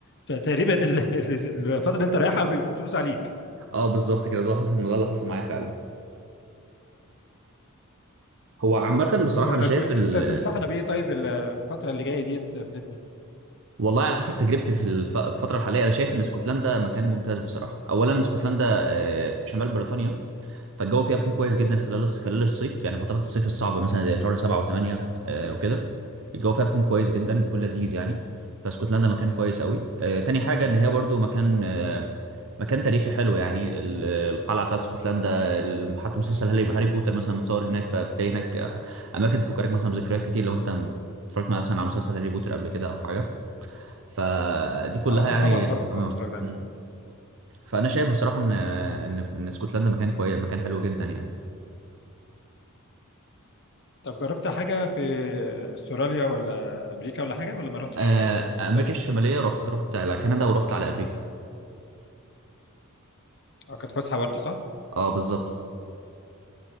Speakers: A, on the left; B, on the right.
A: فتقريبا ال- ال- الفتره اللي انت رايحها بتدوس عليك
B: اه بالظبط كده ده اللي حصل ده اللي حصل معايا فعلا هو عامة بصراحة
A: طب انت
B: أنا شايف
A: انت
B: ال...
A: تنصحنا بايه طيب ال- الفتره اللي جايه ديت يا بلتي
B: والله على حسب تجربتي في الف- الفترة الحالية أنا شايف إن اسكتلندا مكان ممتاز بصراحة أولا اسكتلندا آه، في شمال بريطانيا فالجو فيها بيكون كويس جدا خلال الص- خلال الصيف يعني فترات الصيف الصعبه مثلا زي شهر سبعة وثمانية آه وكده الجو فيها بيكون كويس جدا بيكون لذيذ يعني فاسكتلندا مكان كويس قوي آه تاني حاجه ان هي برضو مكان آه مكان تاريخي حلو يعني ال- القلعه بتاعت اسكتلندا ال- حتى مسلسل هاري هاري بوتر مثلا متصور هناك فبتلاقي هناك آه، اماكن تفكرك مثلا بذكريات كتير لو انت م- اتفرجت مثلا على مسلسل هاري بوتر قبل كده او حاجه فدي كلها
A: اه
B: يعني
A: اه طبعا طبعا
B: آه،
A: اه اتفرجنا عليه
B: م. فانا شايف بصراحه ان آه، ان ان اسكتلندا مكان كويس مكان حلو جدا يعني
A: طب جربت حاجه في استراليا ولا امريكا ولا حاجه ولا ما رحتش
B: آه،
A: آه،
B: امريكا
A: المنطقه دي
B: الشماليه رحت رحت على كندا ورحت على امريكا
A: اه كانت فسحه برضه صح؟
B: اه بالظبط